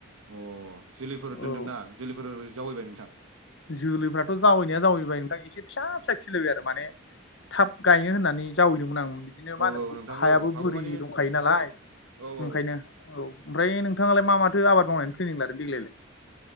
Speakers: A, on the right (about 75°); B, on the left (about 55°).
A: अ जोलैफोर
B: औ
A: दोन्दोंना जोलैफोर जावैबाय नोंथां?
B: जोलैफ्राथ' जावैनाया जावैबाय नोंथां एसे फिसा फिसा खिलिबाय आरो माने थाब गायनो होननानै जावैदोंमोन आं बिदिनो मा
A: औ
B: होनो
A: औ नोंथां
B: हायाबो
A: औ हागौमानि
B: बोरि दंखायो नालाय
A: औ औ
B: ओंखायनो। औ ओमफ्राय नोंथाङालाय मा माथो आबाद मावनायनि फ्लेनिं लादों देग्लायलाय?